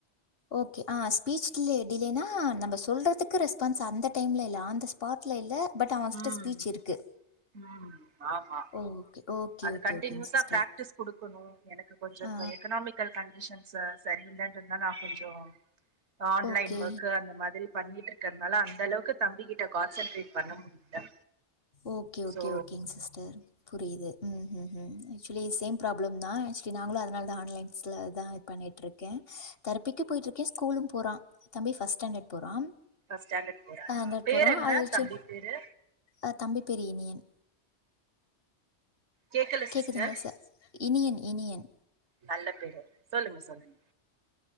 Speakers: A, on the left; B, on the right.
A: ஓகே ஆ ஸ்பீச் ல டிலேனா நம்ம சொல்றதுக்கு ரெஸ்பான்ஸ் அந்த டைம்ல இல்ல அந்த ஸ்பாட்ல இல்ல பட் அவன் கிட்ட
B: ம்
A: ஸ்பீச் இருக்கு
B: ம் ஆமா
A: ஓகே ஓகே
B: அது
A: ஓகே,
B: கண்டனியூஸா
A: ஓகேங்க சிஸ்டர்.
B: பிராக்டிக்ஸ் குடுக்கணும் எனக்கு கொஞ்சம்
A: ஆ,
B: இப்ப எக்கனாமிக்கல் கண்டிஷன்ஸ் ச சரி இல்லைன்றத நா இருந்தா நான் கொஞ்சம் ஆன்லைன்
A: ஓகே.
B: ஒர்க்க அந்த மாதிரி பண்ணிட்டு இருக்கிறதுனால அந்த அளவுக்கு தம்பி கிட்ட கான்சன்ட்ரேட் பண்ண முடியல
A: ஓகே ஓகே
B: சோ
A: ஓகேங்க சிஸ்டர் புரியுது ம் ம் ம் ஆக்சுவலி சேம் ப்ராப்ளம் தான் ஆக்சுவலி நாங்களும் அதனால தான் ஆன்லைன்ஸில் தான் இது பண்ணிகிடட்டுருக்கேன் தெரப்பிக்கு போயிட்டுருக்கேன் ஸ்கூலும் போறான் தம்பி ஃபஸ்ட் ஸ்டாண்டர்ட் போறான்
B: ஸ்டாண்டர்ட் போரானா
A: ஆ
B: பேர்
A: போறான்.
B: என்ன
A: அது வச்சு
B: தம்பி பேரு
A: அ தம்பி பேரு இனியன்
B: கேக்கல சிஸ்டர்
A: கேட்குதுங்களா சார் இனியன் இனியன்
B: நல்ல பேரு சொல்லுங்க சொல்லுங்க